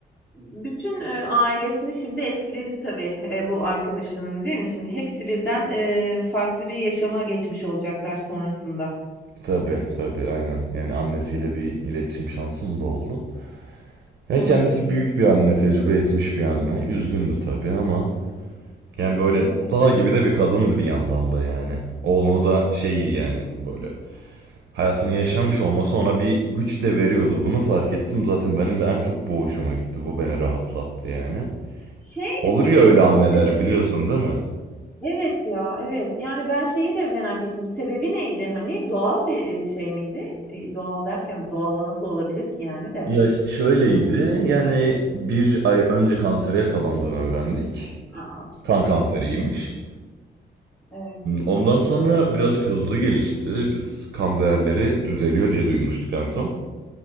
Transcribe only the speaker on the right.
Tabii tabii aynen. Yani annesiyle bir iletişim şansım da oldu. Yani
kendisi büyük bir anne, tecrübe etmiş bir anne. Üzgündü tabii ama yani böyle
dağ gibi de bir kadındı bir yandan da yani. Oğlunu da şey yani böyle hayatını yaşamış olması ona bir güç de veriyordu. Bunu fark ettim zaten benim de en çok bu hoşuma gitti. Bu beni rahatlattı yani.
Olur
ya öyle
anneler
biliyorsun değil mi?
Ya şöyleydi
yani bir ay önce kansere yakalandığını öğrendik.
Kan
kanseriymiş.
Ondan sonra birazcık hızlı gelişti. Biz kan değerleri düzeliyor diye duymuştuk en son.